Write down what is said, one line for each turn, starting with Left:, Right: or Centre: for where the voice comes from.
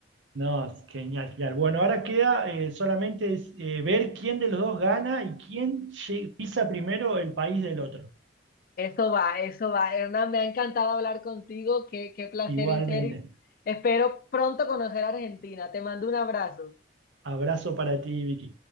Right: No, es genial, genial. Bueno, ahora queda eh, solamente es, eh, ver quién de los dos gana y quién lle- pisa primero el país del otro.
Left: Eso va, eso va. Hernán, me ha encantado hablar contigo, qué, qué placer,
Right: Igualmente.
Left: en serio. Espero pronto conocer a Argentina. Te mando un abrazo.
Right: Abrazo para ti, Vicky.